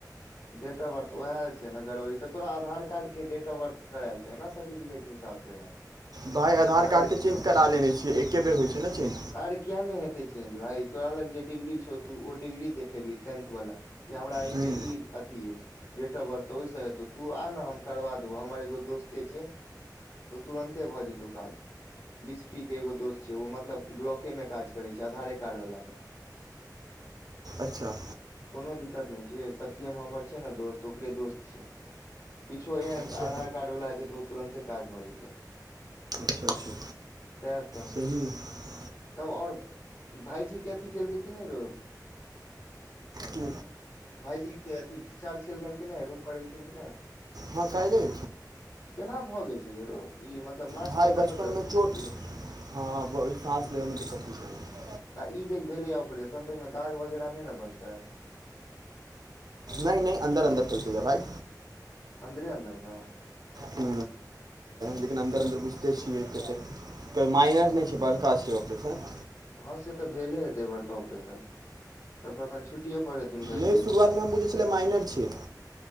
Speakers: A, on the left; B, on the right.
A: डेट ऑफ बर्थ तऽ उएह छै ने गड़बड़ी तऽ तोरा आधार कार्ड के डेट ऑफ बर्थ करायल छ छै ने सर्टिफिकेट हिसाब से यार
B: भाई आधार
A: पागल
B: कार्ड के
A: छै
B: चेंज
A: ने
B: करा लेने छियै एके बेर होइ छै ने चेंज
A: अरे किया न हेतै चेंज भाइ तोरा लग जे डिग्री छौ तू ओ डिग्री देखेबही टेंथ वाला कि हमरा एहिमे
B: हूँ
A: ईद अथी अछि डेट ऑफ बर्थ त ओहिसँ हेतौ तू आ न हम करबा देबौ हमर एगो दोस्ते छै त तुरन्ते भ जेतौ काज बिस्फी के एगो दोस्त छै ओ मतलब ब्लॉके मे काज करै छै आधारे कार्ड वला के <unintelligible>
B: अच्छा
A: कोनो दिक्कत नहि छै सत्यम हमर छै न दोस्त ओकरे दोस्त छै किछु एहन
B: अच्छा
A: आधार कार्ड वाला हेतै तऽ ओ तुरन्ते काज भऽ जेतै
B: अच्छा अच्छा
A: सएह सब
B: सही ह
A: तब आओर भाइजी के अथी केलकै की नहि रौअ
B: की
A: भाइजी अथि डिस्चार्ज केलकनि कि नहि रूम पर एलखिन कि नहि
B: हँ काल्हि
A: केना भ गेल छलै रौअ ई मतलब नाक
B: भाय
A: मे ज्यादा
B: बचपनमे
A: दर्द छलनि
B: चोट
A: की
B: हँ ब- साँस लेबैमे दिक्कत होइ छै
A: त ई जे भेलै ऑपरेशन तहिमे दाग वगेरह नहि न बनतै
B: नहि नहि अन्दर अन्दर चलतै भाई
A: अन्दरे अन्दर न
B: हू लेकिन अन्दर
A: छै
B: अन्दर बुझिते छियै कतेक माइनर
A: हँ
B: नहि छियै बरका छियैऑपरेशन
A: हँ से त भेले हेतै बड़का ऑपरेशन तब त अखन छुट्टीये पर हेतै भाईजी
B: नहि
A: आर
B: शुरुआतमे हम बुझै छलै माइनर छियै